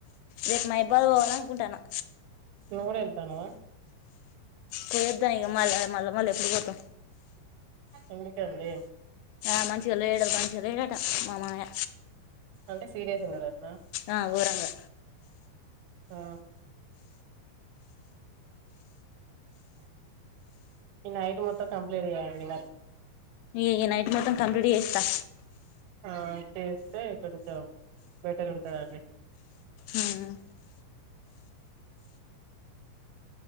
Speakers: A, on the left; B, on the right.
A: రేపు మైబాద్ పోవాల అనుకుంటన్నము
B: నూవ్గూడ ఎల్తాన్నవా
A: పోయొద్దామ్ ఇగ మళ్ళా మళ్ళా మళ్ళ ఎప్పుడు పోతాం
B: ఎందుకండి
A: ఆ మంచిగా లేడు మంచిగా లేడట మా మామయ్య
B: అంటే సీరియస్ ఉన్నాడటన
A: ఆ గోరంగా
B: ఆ ఈ నైట్ మొత్తం కంప్లీట్ చెయ్యండి
A: ఈ ఈ నైట్ మొత్తం కంప్లీట్ చేస్తా
B: ఆ చేస్తే కొంచెం బెటర్ ఉంటది అండి
A: ఉమ్